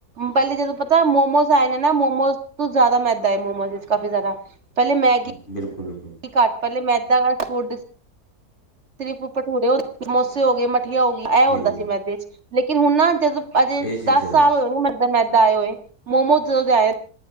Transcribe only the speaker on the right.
ਪਹਿਲੇ ਜਦੋਂ ਪਤਾ ਮੋਮੋਸ ਆਏ ਨੇ ਨਾ ਮੋਮੋਜ਼ ਸ ਤੋਂ ਜ਼ਿਆਦਾ ਮੈਦਾ ਏ ਮੋਮੋਜ਼ ਵਿੱਚ, ਕਾਫੀ ਜ਼ਿਆਦਾ, ਪਹਿਲੇ ਮੈਗੀ
ਘੱਟ ਪਹਿਲੇ ਮੈਂਦਾਂ ਫੂੱਡ ਸਿਰਫ ਭਟੂਰੇ ਹੋ ਗਏ, ਸਮੋਸੇ ਹੋ ਗਏ, ਮਠੀਆਂ ਹੋ ਗਈਆਂ, ਇਹ
ਹੁੰਦਾ ਸੀ ਮੈਂਦੇ ਚ, ਲੇਕਿਨ ਹੁਣ ਨਾ ਜਦੋਂ ਅਜੇ
ਦਸ ਸਾਲ ਹੋਏਗੇ ਮੈਦਾ- ਮੈਦਾ ਆਏ ਹੋਏ, ਮੋਮੋਸ ਜਦੋਂ ਦੇ ਆਏ